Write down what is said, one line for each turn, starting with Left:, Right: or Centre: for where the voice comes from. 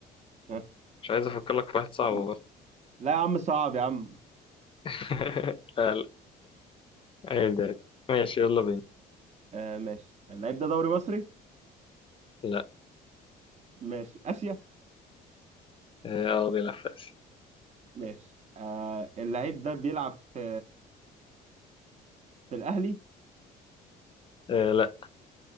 Right: ها
Left: مش عايز افكر لك في واحد صعب
Right: م-
Left: برضه
Right: لا يا عم صعب يا عم
Left: <laughs> لا لا عادي عادي ماشي يلا بينا
Right: أه ماشي اللعيب ده دوري مصري
Left: لا
Right: ماشي اسيا
Left: اه آه، بيلعب في اسيا
Right: ماشي آه اللعيب ده بيلعب في في الاهلي
Left: آه لا